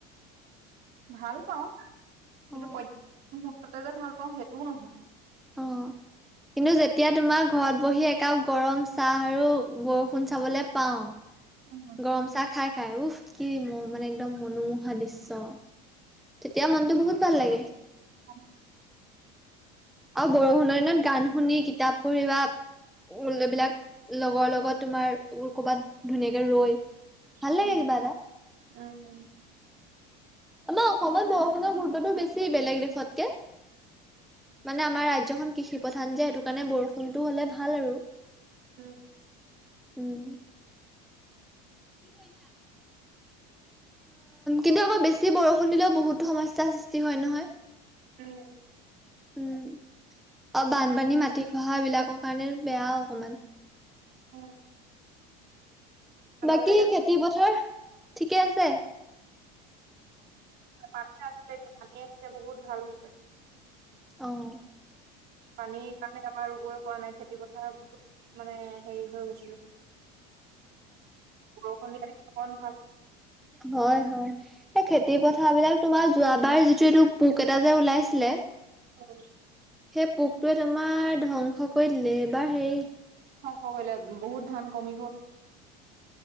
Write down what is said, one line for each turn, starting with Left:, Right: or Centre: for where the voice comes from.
Right: ভাল পাওঁ, কিন্তু
Centre: অ
Right: পদ্য মুহূুৰ্ততে যে ভাল পাওঁ সেইটোও নহয়।
Centre: অ'। কিন্তু যেতিয়া তোমাৰ ঘৰত বহি একাপ গৰম চাহ আৰু বৰষুণ চাবলৈ পাও।
Right: উম
Centre: গৰম চাহ খাই খাই, উফ কি ম মানে একদম মনোমোহা দৃশ্য। তেতিয়া মনতটো বহুত ভাল লাগে।
Right: অ'।
Centre: আৰু বৰষুণৰ দিনত গান শুনি কিতাপ পঢ়ি বা, এইবিলাক লগৰ লগত তোমাৰোৰ কৰ'বাত ধুনীয়াকে ৰৈ, ভাল
Right: উম
Centre: লাগে কিবা এটা।
Right: উম উম।
Centre: আমাৰ অসমত বৰষুণৰ মুহূৰ্ততটো বেছি বেলেগ দেশতকে। মানে আমাৰ ৰাজ্্যখন কৃষি প্ৰধান যে সেইটো কাৰণে বৰষুণতো হলে ভাল আৰু।
Right: উম।
Centre: উম। কি কৈছা? কিন্তু আকৌ বেছি বৰষুণ দিলেও বহুতো সমস্যাৰ সৃষ্টি হয় নহয়।
Right: উম।
Centre: উম, অ' বানপানী
Right: বাট
Centre: মাটি খহা এইবিলাকৰ কাৰণে বেয়া অকমান।
Right: অ'।
Centre: বাকী
Right: বিলাকে
Centre: খেতি পথাৰ ঠিকে আছে?
Right: আছে আছে, ভালে আছে, বহুত ভাল হৈছে।
Centre: অ'।
Right: পানীৰ কাৰণে আমাৰ ৰুবই পৰা নাই, খেতি পথাৰ বহুত মানে হেৰি হৈ গৈছিল। বৰষুণ দিয়া মান ভাল।
Centre: হয় হয়। এই খেতি পথাৰবিলাক তোমাৰ যোৱাবাৰ যিটো এইটো পোক এটা যে ওলাইছিলে
Right: হয়।
Centre: সেই পোকটোৱে তোমাৰ ধ্বংস কৰি দিলে, এইবাৰ হেৰি
Right: খ খ কৰিলে বহুত ধান কমি গ'ল।